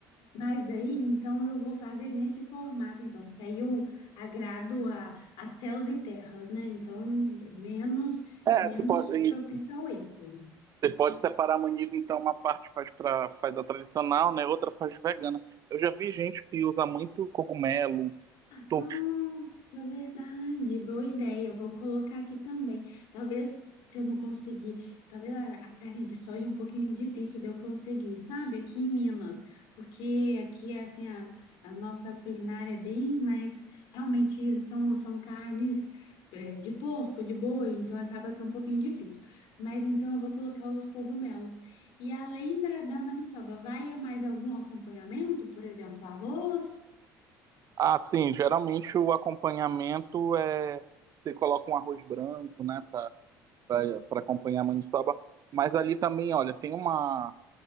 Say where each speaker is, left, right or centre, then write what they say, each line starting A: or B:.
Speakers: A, on the left (about 70°); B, on the right (about 45°).
A: mas daí, então, eu vou fazer nesse formato, então, porque aí eu agrado a, a céus e terras, né? Então, menos,
B: É,
A: menos
B: você pode, é
A: propício
B: isso.
A: ao erro.
B: Você pode separar a maniva, então uma parte faz para faz a tradicional, né? Outra faz vegana. Eu já vi gente que usa muito cogumelo, tofu.
A: Nossa, verdade, boa ideia. Eu vou colocar aqui também. Talvez se eu não conseguir, talvez a, a carne de soja é um pouquinho difícil de eu conseguir, sabe? Aqui em Minas, porque aqui é assim a, a nossa culinária é bem, mas realmente são são carnes é, de porco, de boi, então acaba que é um pouquinho difícil. Mas então eu vou colocar os cogumelos. E além da, da maniçoba, vai mais algum acompanhamento? Por exemplo, arroz?
B: Ah, sim, geralmente o acompanhamento é você coloca um arroz branco, né, para para acompanhar a maniçoba, mas ali também, olha, tem uma